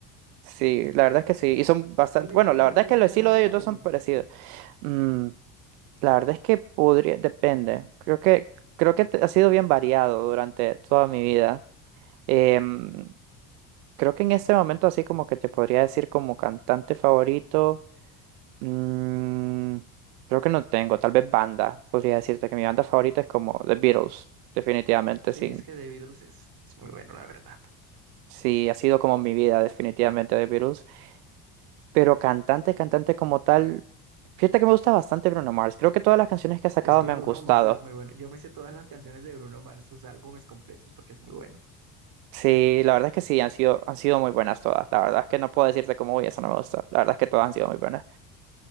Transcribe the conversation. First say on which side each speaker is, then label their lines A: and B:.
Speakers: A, on the right; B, on the right.
A: sí, la verdad es que sí. Y son bastante,
B: Bueno,
A: bueno,
B: y- pero
A: la verdad
B: ¿cuál
A: es que
B: es tu
A: el estilo
B: cantante
A: de
B: favorito?
A: ellos dos son parecidos. Mm, la verdad es que podría, depende. Creo que, creo que te- ha sido bien variado durante toda mi vida. Em, creo que en este momento así como que te podría decir como cantante favorito. Mm, creo que no tengo, tal vez banda. Podría decirte que mi banda favorita es como The Beatles, definitivamente,
B: Sí,
A: sin,
B: es que The Beatles es, es muy bueno, la verdad.
A: sí, ha sido como mi vida, definitivamente The Beatles. Pero cantante, cantante como tal, fíjate que me gusta bastante Bruno Mars. Creo que todas las canciones que ha sacado
B: Es que
A: me
B: Bruno
A: han gustado.
B: Mars es muy bueno. Yo me sé todas las canciones de Bruno Mars, sus álbumes completos, porque es muy bueno.
A: Sí, la verdad es que sí, han sido, han sido muy buenas todas. La verdad es que no puedo decirte como, uy, esa no me gusta. La verdad es que todas han sido muy buenas.